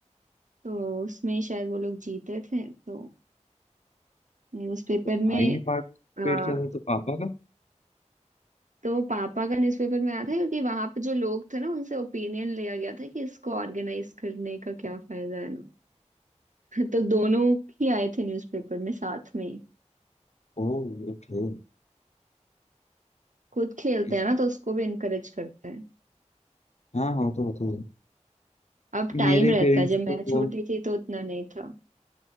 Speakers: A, on the right; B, on the left.
A: तो उसमें शायद वो लोग जीते थे तो न्यूज़पेपर
B: भाई
A: में
B: ने पार्टिसिपेट
A: आ,
B: किया था तो पापा का
A: तो पापा का न्यूज़पेपर में आया था क्योंकि वहां पे जो लोग थे ना उनसे ओपिनियन लिया गया था कि इसको ऑर्गेनाइज करने का क्या फायदा है ना तो दोनों ही आए थे न्यूज़पेपर में साथ में ही।
B: ओह ओके
A: खुद खेलते
B: इस
A: हैं ना तो उसको भी इनकरेज करते हैं
B: हाँ हाँ तो होता है
A: अब टाइम
B: मेरे
A: रहता
B: पेरेंट्स
A: है जब
B: तो
A: मैं छोटी थी तो उतना नहीं था